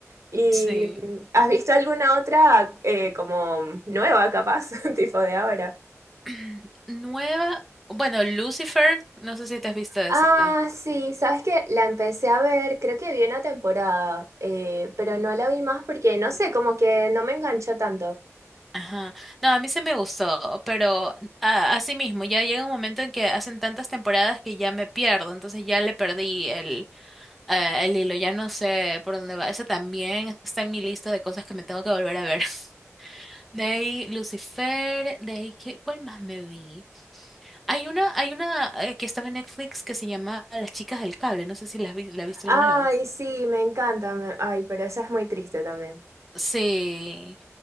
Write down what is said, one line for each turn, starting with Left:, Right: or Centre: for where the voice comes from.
Right: ¿Y
Centre: Sí.
Right: mm, has visto alguna otra eh, como nueva, capaz, <laughs> tipo de ahora?
Centre: <clears throat> Nueva, bueno, Lucifer, no sé si te has visto esa.
Right: Ah, sí, sabes que la empecé a ver, creo que vi una temporada, eh, pero no la vi más porque no sé, como que no me enganchó tanto.
Centre: Ajá. No, a mí se me gustó, pero a- así mismo, ya llega un momento en que hacen tantas temporadas que ya me pierdo, entonces ya le perdí el, eh, el hilo, ya no sé por dónde va. Ese también está en mi lista de cosas que me tengo que volver a ver. <laughs> De ahí Lucifer, de ahí ¿qué- ¿cuál más me vi? Hay una, hay una eh, que estaba en Netflix que se llama Las chicas del cable, no sé si la has vi- la viste
Right: Ay,
Centre: alguna vez.
Right: sí, me encanta, me- ay, pero esa es muy triste también.
Centre: Sí,